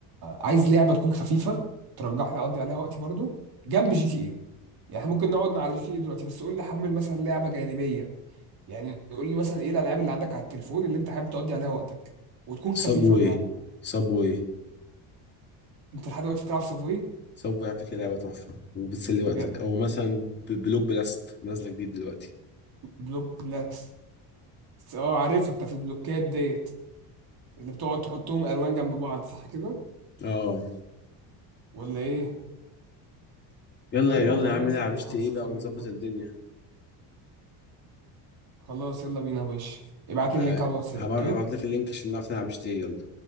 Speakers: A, on the right; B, on the left.
A: عايز لعبة تكون خفيفة ترجح لي اقضي عليها وقتي برضو جنب جي تي ايه يعني إحنا ممكن نقعد على جي تي ايه دلوقتي بس قول لي حمل مثلا لعبة جانبية يعني قول لي مثلا ايه الالعاب اللي عندك على التليفون اللي انت حابب تقضي عليها وقتك وتكون خفيفة
B: صابوي
A: بمعنى
B: صابوي
A: انت لحد دلوقتي بتلعب صابواي
B: صابوي على فكرة لعبة تحفة وبتسلي
A: بجد
B: وقتك أو مثلا ب- بلوك بلاست نازلة جديد دلوقتي
A: بلوك بلاست اه عارفها بتاعت البلوكات ديت اللي بتقعد تحطهم الوان جنب بعض صح كده
B: اه
A: ولا ايه
B: يلا
A: ايوه
B: يلا
A: خلاص
B: يا عم نلعب
A: يا عم
B: جي
A: خلص
B: تي ايه
A: فل
B: بقى ونظبط
A: الفل
B: الدنيا
A: خلاص يلا بينا يا باشا ابعت
B: ه-
A: لي اللينك على الواتساب
B: هبعت
A: اوكي
B: هبعت لك اللينك عشان نعرف نلعب جي تي اي يلا